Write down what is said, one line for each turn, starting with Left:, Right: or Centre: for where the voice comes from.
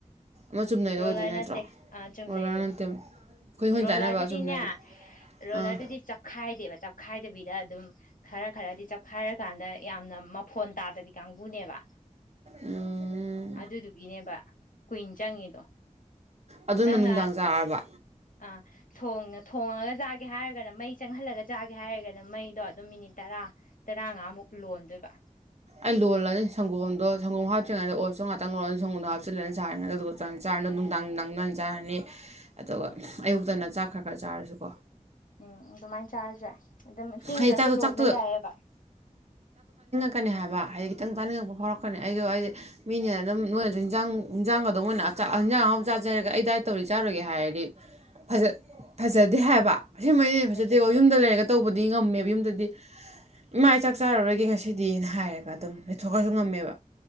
Right: ꯃ ꯆꯨꯝꯅꯩꯗꯣ
Left: ꯔꯣꯂꯔ
Right: ꯑꯣꯏꯗꯣꯏ ꯅꯠꯇ꯭ꯔꯣ
Left: ꯅꯠꯇꯦ ꯑꯥ ꯆꯨꯝꯅꯩꯗꯨꯅꯦ
Right: ꯔꯣꯂꯔ ꯅꯠꯇꯦ ꯍꯣꯏꯅ
Left: ꯔꯣꯂꯔꯗꯨꯗꯤꯅꯦ
Right: ꯆꯥꯅꯕ ꯆꯨꯝꯅꯒꯤ
Left: ꯔꯣꯂꯔꯗꯨꯗꯤ
Right: ꯑꯥ
Left: ꯆꯞꯈꯥꯏꯗꯦꯕ ꯆꯞꯈꯥꯏꯗꯕꯤꯗ ꯈ ꯑꯗꯨꯝ ꯈꯔ ꯈꯔꯗꯤ ꯆꯞꯈꯥꯔꯀꯥꯟꯗ ꯌꯥꯝꯅ ꯃꯐꯣꯟ ꯇꯥꯗꯕꯤ ꯀꯥꯡꯕꯨꯅꯦꯕ
Right: ꯎꯝ
Left: ꯑꯗꯨꯗꯨꯒꯤꯅꯦꯕ ꯀꯨꯏꯟ ꯆꯪꯉꯤꯗꯣ
Right: ꯑꯗꯨꯅ
Left: ꯅꯪꯅ
Right: ꯅꯨꯡꯗꯥꯡ ꯆꯥꯔꯕ
Left: ꯑꯥ ꯊꯣꯡ ꯊꯣꯡꯉꯒ ꯆꯥꯒꯦ ꯍꯥꯏꯔꯒꯅ ꯃꯩ ꯆꯪꯍꯜꯂꯒ ꯆꯥꯒꯦ ꯍꯥꯏꯔꯒꯅ ꯃꯩꯗꯣ ꯑꯗꯨꯝ ꯃꯤꯅꯤꯠ ꯇꯔꯥ ꯇꯔꯥꯉꯥꯃꯨꯛ ꯂꯣꯟꯗꯣꯏꯕ
Right: ꯑꯩ ꯂꯣꯜꯂꯅꯤ ꯁꯪꯒꯣꯝꯗꯣꯝꯗꯣ ꯁꯪꯒꯣꯝ ꯍꯥꯞꯇ꯭ꯔꯤꯉꯩꯗ ꯑꯣꯠꯁꯇꯣ ꯉꯥꯛꯇꯪ ꯂꯣꯜꯂꯅꯤ ꯁꯪꯒꯣꯝ ꯍꯥꯞꯆꯤꯜꯂꯅ ꯁꯥꯔꯤꯉꯩꯗ ꯑꯗꯨꯗꯨꯒ ꯆꯅ ꯆꯥꯔ ꯑꯗꯣ ꯅꯨꯡꯗꯥꯡ ꯅꯨꯡꯗꯥꯡꯗꯣ ꯍꯥꯟ ꯆꯥꯔꯅꯤ ꯑꯗꯨꯒ
Left: ꯎꯝ
Right: ꯑꯌꯨꯛꯇꯅ ꯆꯥꯛ ꯈꯔ ꯈꯔ ꯆꯥꯔꯁꯨꯀꯣ
Left: ꯎꯝ ꯑꯗꯨꯃꯥꯏꯅ ꯆꯥꯔꯁꯨ ꯗꯥꯢ ꯑꯗꯨꯝ ꯇꯤꯡꯗ꯭ꯔꯁꯨ
Right: ꯍꯥꯏꯗꯤ ꯆꯥꯛꯇꯣ
Left: ꯂꯣꯟꯕ
Right: ꯆꯥꯛꯇꯣ
Left: ꯌꯥꯏꯑꯕ
Right: ꯀꯅꯤ ꯍꯥꯏꯕ ꯍꯥꯢꯗꯤ ꯈꯤꯇꯪ ꯆꯥꯅꯤꯡꯉꯛꯄ ꯐꯥꯎꯔꯛꯀꯅꯤ ꯑꯩꯗꯣ ꯍꯥꯏꯗꯤ ꯃꯤꯅ ꯑꯗꯨꯝ ꯃꯣꯏꯅꯁꯨ ꯌꯦꯟꯖꯥꯡ ꯍꯟꯖꯥꯡꯒꯗꯣ ꯃꯣꯏꯅ ꯥꯆꯥꯛ ꯍꯦꯟꯖꯥꯡ ꯑꯍꯥꯎꯕ ꯆꯥꯖꯦ ꯍꯥꯢꯔꯒ ꯑꯩ ꯗꯥꯏꯠ ꯇꯧꯔꯤ ꯆꯥꯔꯣꯢꯒꯦ ꯍꯥꯏꯔꯗꯤ ꯐꯖ ꯐꯖꯗꯦ ꯍꯥꯏꯕ ꯑꯁꯦꯡꯕꯩꯅꯦ ꯐꯖꯗꯦꯉꯣ
Left: ꯐꯖꯗꯦ
Right: ꯍꯥꯢꯕ ꯌꯨꯝꯗ ꯂꯩꯔꯒ ꯇꯧꯕꯗꯤ ꯉꯝꯃꯦꯕ ꯌꯨꯝꯗꯗꯤ ꯏꯃꯥ ꯑꯩ ꯄꯆꯥꯛ ꯆꯥꯔꯔꯣꯏꯒꯦ ꯉꯁꯤꯗꯤꯅ ꯍꯥꯏꯔꯒ ꯑꯗꯨꯝ ꯂꯩꯊꯣꯛꯈ꯭ꯔꯁꯨ ꯉꯝꯃꯦꯕ